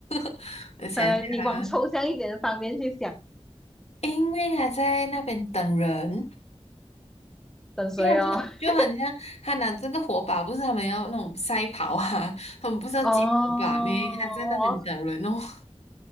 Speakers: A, on the left; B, in the centre.
A: <laughs>
B: <laughs>
A: 我想一下啊，
B: 呃，你往抽象一点的方面去想，
A: 因为他在那边等人。
B: 等谁哦？
A: 对啊，就就很像他拿这个火把，
B: <laughs>
A: 不是他们要那种赛跑啊，他们不是要捡火把咩？
B: 哦，
A: 他在那边等人哦。<laughs>